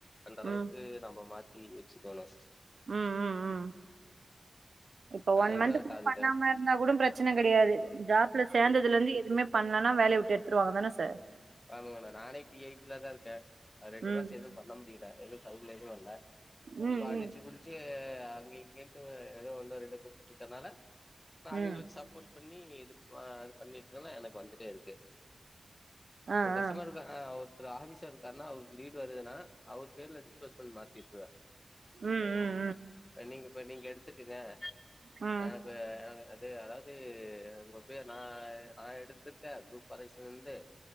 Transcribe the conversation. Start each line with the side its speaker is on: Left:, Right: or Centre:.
Left: அந்த அளவுக்கு
Right: ம்
Left: நம்ம மாத் நீங்க வச்சுக்கோன்னா
Right: உம்-உம்-உம் இப்ப ஒன்
Left: அதுதா
Right: மந்த்
Left: டார்கெட்டு
Right: பண்ணாம இருந்தா கூட பிரச்சனை கிடையாது ஜாப் ல சேந்ததுலிர்ந்து
Left: ம்
Right: எத் எதுமே பண்ணலனா வேலய விட்டு எடுத்துருவாங்கதான சார்
Left: ஆமாங்க நானே பி ஐ பி லதா இருக்கே நா ரெண்டு
Right: ம்
Left: மாசம் எதும் பண்ண முடியல எது அது மட்டு அல்ல
Right: ம்
Left: இப்ப அடிச்சு
Right: ம்
Left: புடிச்சு து அங்க இங்கன்ட்டு ஏதோ ஒன்னு ரெண்டு குடுத்துட்ருக்கனால நா அவிங்களுக்கு
Right: ம்
Left: சப்போர்ட் பண்ணி இது ப இது பண்ணிட்டு இருக்கனால எனக்கு வந்துட்டே இருக்கு
Right: ஆ
Left: ஒரு கஷ்டமர்
Right: ஆ
Left: இருக்காங்க அவர் செரி ஆஃபீசர் இருக்காருனா அவருக்கு லீடு <unintelligible> அவர் பேர்ல டிஸ்போஸ் பண்ணி மாத்தி விட்ருவ
Right: ம் ம்
Left: நீங்க போய் நீங்க எடுத் த்துக்குங்க
Right: ம் ம்
Left: எனக்கு-எனக்கு து அதாவது உங்க பேர் நா நா எடுத்திருக்கே குரூப் பாலிசிலிருந்து